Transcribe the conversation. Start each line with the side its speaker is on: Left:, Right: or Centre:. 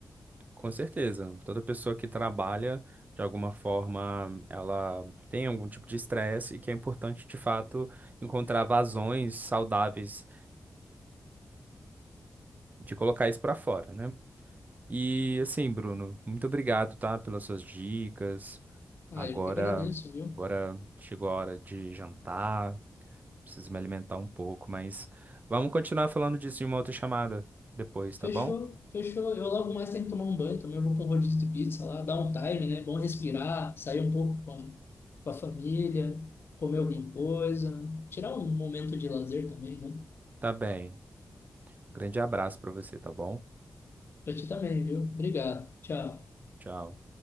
Right: com certeza, toda pessoa que trabalha, de alguma forma, ela tem algum tipo de estresse e que é importante, de fato, encontrar vazões saudáveis de colocar isso pra fora, né? E assim, Bruno, muito obrigado, tá, pelas suas dicas.
Left: Ah,
Right: Agora,
Left: eu que agradeço, viu?
Right: agora chegou a hora de jantar, preciso me alimentar um pouco, mas vamos continuar falando disso em uma outra chamada depois,
Left: Fechou,
Right: tá bom?
Left: fechou. Eu logo mais tenho que tomar um banho também. Eu vou para um rodízio de pizza lá, dar um time, né? Bom respirar, sair um pouco com a, com a família, comer alguma coisa, tirar um momento de lazer também, né?
Right: Tá bem. Grande abraço pra você, tá bom?
Left: Pra ti também, viu? Obrigado. Tchau.
Right: Tchau.